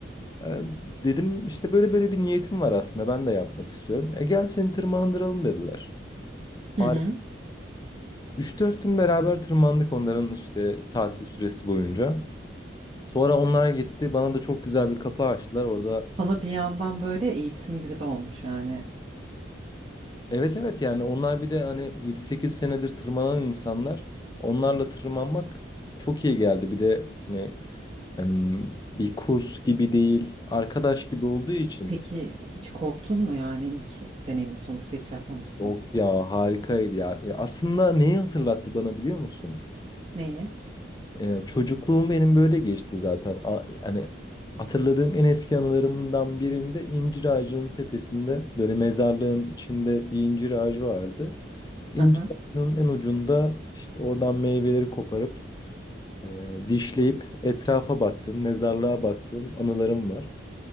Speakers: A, on the left; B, on the right.
A: Ee, dedim işte böyle böyle bir niyetim var aslında ben de yapmak istiyorum. E gel seni tırmandıralım dediler. Harika.
B: Hı hı.
A: 3-4 gün beraber tırmandık onların işte tatil süresi boyunca. Sonra onlar gitti. Bana da çok güzel bir kapı açtılar. Orada
B: Sana bir yandan böyle eğitim gibi de olmuş yani.
A: Evet evet yani onlar bir de hani yedi sekiz senedir tırmanan insanlar. Onlarla tırmanmak çok iyi geldi. Bir de hani em, bir kurs gibi değil, arkadaş gibi olduğu için.
B: Peki hiç korktun mu yani ilk deneyimin sonuçta hiç yapmamışsın.
A: Yok ya harikaydı yani. Aslında neyi hatırlattı bana biliyor musun?
B: Neyi?
A: Ee, çocukluğum benim böyle geçti zaten. A- yani hatırladığım en eski anılarımdan birinde incir ağacının tepesinde böyle mezarlığın içinde bir incir ağacı vardı. İncir
B: Hı hı.
A: ağacının en ucunda işte oradan meyveleri koparıp e, dişleyip etrafa baktığım, mezarlığa baktığım anılarım var.